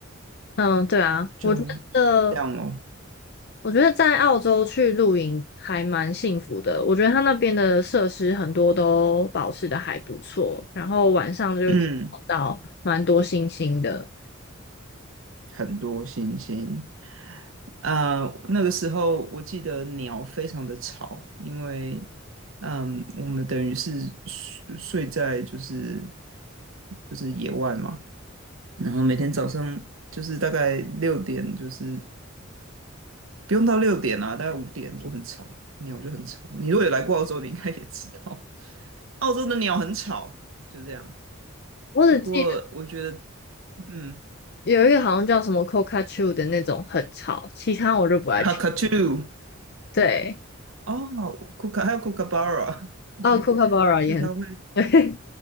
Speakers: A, on the left; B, on the right.
A: 嗯，对啊，
B: 就
A: 我觉得。
B: 这样哦。
A: 我觉得在澳洲去露营还蛮幸福的。我觉得它那边的设施很多都保持的还不错，然后晚上就可以看到蛮多星星的。
B: 嗯，很多星星。呃，那个时候我记得鸟非常的吵，因为嗯，我们等于是睡睡在就是就是野外嘛，然后每天早上就是大概六点，就是不用到六点啊，大概五点就很吵，鸟就很吵。你如果有来过澳洲，你应该也知道，澳洲的鸟很吵，就这样。
A: 我只记得
B: 不过我觉得，嗯
A: 有一个好像叫什么 c o c k a t o o 的那种很吵，其他我就不爱去。
B: ，cockatoo。
A: 对，
B: 哦，Kooka 还有 k o o k a b u r a <laughs> 你
A: 哦 c o c a b a r
B: 就是它会，
A: a 也很 <laughs> 对，